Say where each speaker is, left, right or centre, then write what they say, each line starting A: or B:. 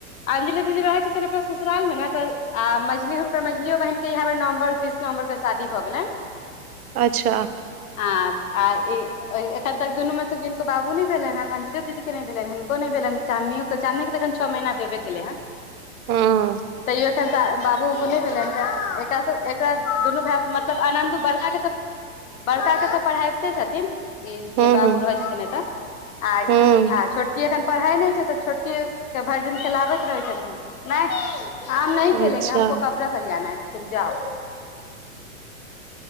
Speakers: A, on the left; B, on the right.
A: अंजलि दीदी रहैत छथिन अपन ससुराल मे ने त आ मझली हुनकर मझलियो बहिनके इह बेर नवम्बर तीस नवम्बर के शादी भ गेलैन।
B: अच्छा।
A: आ ए ऐखन तक दुनू में स किनको बाबू नै भेलैन है ने अंजले दीदी के नहि भेल हिनको नहि भेलनि चानदनीयो के चान्दनी के अखन छओ महीना भेबे केलै हन।
B: हँ
A: तैयो एखन त बाबू उबू नहि भेलैन त एकरा एकरा दुनू भाइ मतलब आनन्द बड़का छै त बड़का छै त <unintelligible> अतै छथिन ई
B: हूँ
A: जे बाबू
B: हूँ
A: रहै छथिन एत आ आ
B: हूँ
A: छोटकी एखन पढ़ाइ नहि छै त छोटकिए के भरि दिन। चलाबैत रहै छथिन नहि। आब नहि खेलेंगे
B: अच्छा
A: हमको कपड़ा सरियाना है। तुम जा <unintelligible>